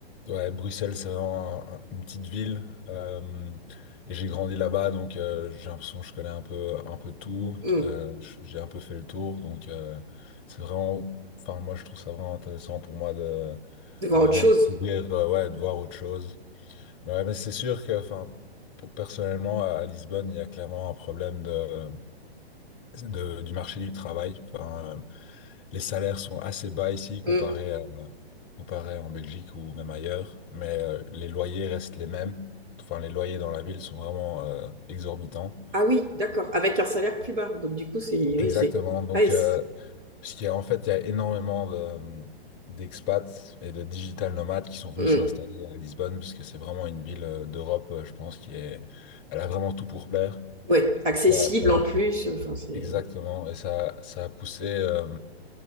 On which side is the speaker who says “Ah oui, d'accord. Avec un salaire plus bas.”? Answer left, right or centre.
Right